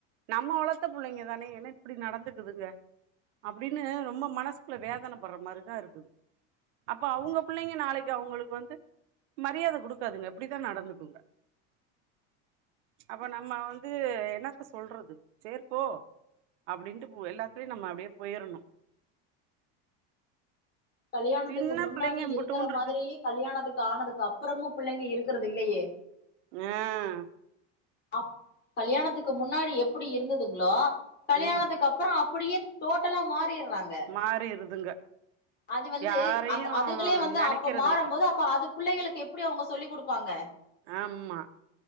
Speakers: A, on the right; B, on the left.
A: நம்ம வளத்த புள்ளைங்க தானே என்ன இப்டி நடந்துக்குதுக அப்டினு ரொம்ப மனசுக்குள்ள வேதன பட்ற மாரிதா இருக்கு அப்ப அவுங்க பிள்ளைங்க நாளைக் கு அவுங்களுக் வந்து மரியாத குடுக்காதுங்க அப்டிதா நடந்துக்குங்க அப்ப நம்ம வந்து என்னத்த சொல்றது சேர் போ அப்படின்ட்டு பு எல்லாத்லயு நம்ம அப்டியே போயிரணு
B: கல்யாணத்துக்கு
A: சின்ன
B: முன்னாடி
A: புள்ளைங்க எம்புட்டுண்டு
B: இருக்கற மாதிரி
A: இருக்குது
B: கல்யாணத்துக் ஆனதுக்கப்புறமு புள்ளைங்க இரு க்கறதில்லயே
A: ஏஹ்
B: அப் கல்யாணத்துக்கு முன்னாடி எப்புடி இருந்தது ஹ்லோ கல்யாணத்துக்கப்பறோ
A: ம்
B: அப் புடியே டோட் டல்லா மாறிர்றாங்க
A: மாறிருதுங்க
B: அது வந்து
A: யாரையு
B: அந் அதுகளே வந்து
A: நெனைக்கிறதுல
B: அப்ப மாறம்போது அப்ப அது புள்ளைகளுக்கு எப்டி அவங்க சொல்லிக் குடுப்பாங்க.
A: ஆமா